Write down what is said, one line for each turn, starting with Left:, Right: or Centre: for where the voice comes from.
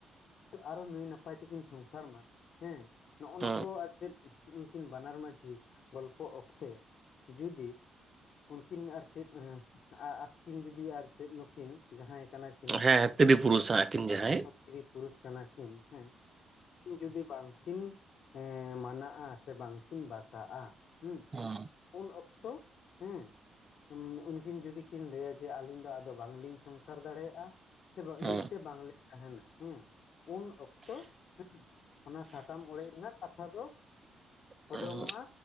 Left: ᱟᱨᱚ ᱱᱟᱹᱭ ᱱᱟᱯᱟᱭ ᱛᱮᱠᱤᱱ ᱥᱚᱝᱥᱟᱨ ᱢᱟ ᱦᱮᱸ ᱱᱚᱜ
Right: ᱦᱮᱸ
Left: ᱠᱚ ᱟᱨ ᱪᱮᱫ ᱩᱱᱠᱤᱱ ᱵᱟᱱᱟᱨ ᱢᱟᱺᱡᱷᱤ ᱜᱚᱞᱯᱚ ᱚᱠᱛᱮ ᱡᱩᱫᱤ ᱩᱱᱠᱤᱱ ᱟᱨ ᱪᱮᱫ <unintelligible> ᱡᱩᱫᱤ ᱟᱨ ᱪᱮᱫ ᱱᱩᱠᱤᱱ ᱡᱟᱦᱟᱸᱭ ᱠᱟᱱᱟ ᱠᱤᱱ
Right: ᱦᱮᱸ ᱛᱤᱨᱤ ᱯᱩᱨᱩᱥ ᱟᱹᱠᱤᱱ ᱡᱟᱦᱟᱸᱭ᱾
Left: ᱛᱤᱨᱤ ᱯᱩᱨᱩᱥ ᱠᱟᱱᱟ ᱠᱤᱱ ᱦᱮᱸ, ᱩᱱᱠᱤᱱ ᱡᱩᱫᱤ ᱵᱟᱝᱠᱤᱱ ᱮᱸ ᱢᱟᱱᱟᱜᱼᱟ ᱥᱮ ᱵᱟᱝᱠᱤᱱ ᱵᱟᱛᱟᱜᱼᱟ ᱦᱩᱸ
Right: ᱦᱮᱸ
Left: ᱩᱱ ᱚᱠᱛᱚ ᱦᱮᱸ ᱦᱩᱸ ᱩᱱᱠᱤᱱ ᱡᱩᱫᱤ ᱠᱤᱱ ᱞᱟᱹᱭᱟ ᱡᱮ ᱟᱹᱞᱤᱧ ᱫᱚ ᱟᱫᱚ ᱵᱟᱝᱞᱤᱧ ᱥᱚᱝᱥᱟᱨ ᱫᱟᱲᱮᱭᱟᱜᱼᱟ, ᱥᱮ ᱵᱟ
Right: ᱦᱮᱸ
Left: ᱢᱤᱫ ᱛᱮ ᱵᱟᱝᱞᱤᱧ ᱛᱟᱦᱮᱱᱟ ᱦᱮᱸ᱾ ᱩᱱ ᱚᱠᱛᱚ ᱦᱮᱸ ᱚᱱᱟ ᱥᱟᱠᱟᱢ ᱚᱲᱮᱡ ᱨᱮᱱᱟᱜ ᱠᱟᱛᱷᱟ ᱫᱚ
Right: ᱦᱮᱸ
Left: ᱩᱰᱳᱝᱚᱜᱼᱟ